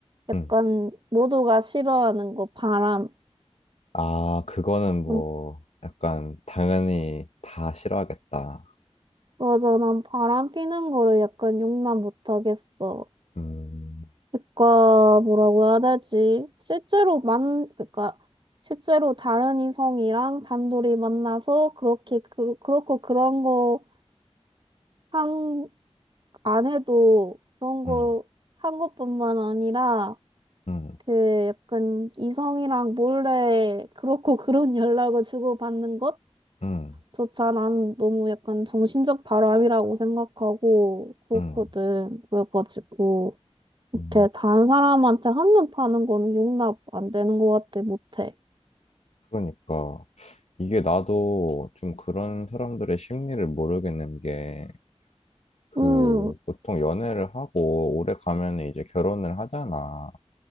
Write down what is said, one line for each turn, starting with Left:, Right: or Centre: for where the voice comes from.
Right: 약간
Left: 응.
Right: 모두가 싫어하는 거, 바람.
Left: 아, 그거는 뭐,
Right: 음,
Left: 약간, 당연히 다 싫어하겠다.
Right: 맞아. 난 바람 피는 거를 약간 용납 못 하겠어.
Left: 음,
Right: 그니까, 뭐라고 해야 되지? 실제로 만, 그니까, 실제로 다른 이성이랑 단둘이 만나서 그렇게, 그, 그렇고 그런 거 한, 안 해도 그런 거
Left: 음,
Right: 한 것뿐만 아니라
Left: 음,
Right: 그 약간 이성이랑 몰래 그렇고 <laughs> 그런 연락을 주고받는
Left: 음,
Right: 것조차 난 너무 약간 정신적 바람이라고 생각하고 그렇거든.
Left: 음.
Right: 그래가지고 이렇게
Left: 음.
Right: 다른 사람한테 한눈 파는 거는 용납 안 되는 것 같아. 못해.
Left: 그러니까, 이게 나도 좀 그런 사람들의 심리를 모르겠는 게, 그,
Right: 음,
Left: 보통 연애를 하고 오래 가면 이제 결혼을 하잖아.